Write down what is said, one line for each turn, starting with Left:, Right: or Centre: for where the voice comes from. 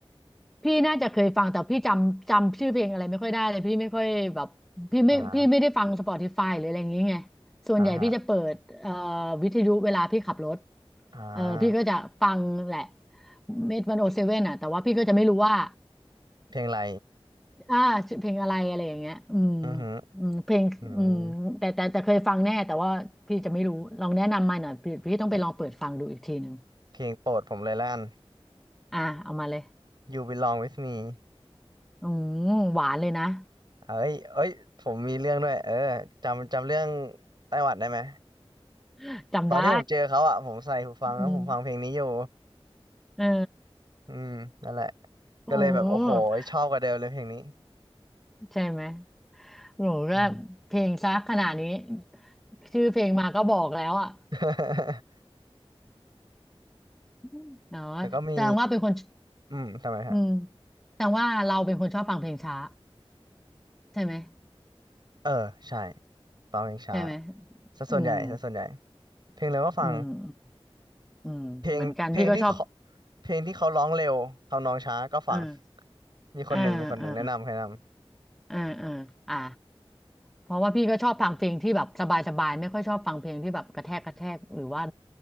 Centre: พี่น่าจะเคยฟังแต่พี่จำจำชื่อเพลงอะไรไม่ค่อยได้เลยพี่ไม่ค่อยแบบพี่ไม่พี่ไม่ได้ฟัง
Right: อ่า
Centre: Spotify หรืออะไรอย่างงี้ไงส่วนใหญ่พี่จะเปิดเอ่อ
Right: อ่าฮะ
Centre: วิทยุเวลาพี่ขับรถ
Right: อ่า
Centre: เออพี่ก็จะฟังแหละเมทวันโอเซเว่นอ่ะแต่ว่าพี่ก็จะไม่รู้ว่า
Right: เพลงอะไร
Centre: อ่าชื่อเพลงอะไรอะไรอย่างเงี้ยอืม
Right: อือหือ
Centre: อืมเพลงอืมแต่แต่แต่เคยฟังแน่แต่ว่าพี่จะไม่รู้ลองแนะนำมาหน่อยพี่พี่ต้องไปลองเปิดฟังดูอีกทีหนึ่ง
Right: อืมเอ้ยเพลงโปรดผมเลยล้าน
Centre: อ่าเอามาเลย
Right: You Belong With Me
Centre: อืมหวานเลยนะ
Right: เอ้ย เอ้ยผมมีเรื่องด้วยเออจำจำเรื่องไต้หวันได้ไหม
Centre: <laughs> จำได้
Right: ตอนที่ผมเจอเขาอ่ะผมใส่หูฟังแล้วผมฟังเพลงนี้อยู่
Centre: อืมเออ
Right: อืมนั่นแหละ
Centre: โอ้โห
Right: ก็เลยแบบโอ้โหชอบกว่าเดิมเลยเพลงนี้
Centre: ใช่ไหมโหก็
Right: <laughs> อืม
Centre: เพลงซะขนาดนี้ชื่อเพลงมาก็บอกแล้วอ่ะ
Right: <laughs>
Centre: <laughs> เนาะแสดงว่าเป็นคน
Right: แล้วก็มีอืมทำไมฮะ
Centre: อืมแสดงว่าเราเป็นคนชอบฟังเพลงช้าใช่ไหม
Right: เออใช่ฟังเพลงช้า
Centre: ใช่ไหม
Right: ซะส่วนใหญ่ซะส่วนใหญ่
Centre: อืม
Right: เพลงเร็วก็ฟัง
Centre: อืม อืมเหมือนกันพี่ก็ชอบ
Right: เพลงเพลงที่เขาเพลงที่เขาร้องเร็วทำนองช้าก็ฟัง
Centre: อ่า
Right: มีคนหนึ่งมีคนหนึ่งแนะนำแนะนำ
Centre: อ่าอ่าอ่าอ่าอ่าเพราะว่าพี่ก็ชอบฟังเพลงที่แบบสบายสบายไม่ค่อยชอบฟังเพลงที่แบบกระแทกกระแทกหรือว่า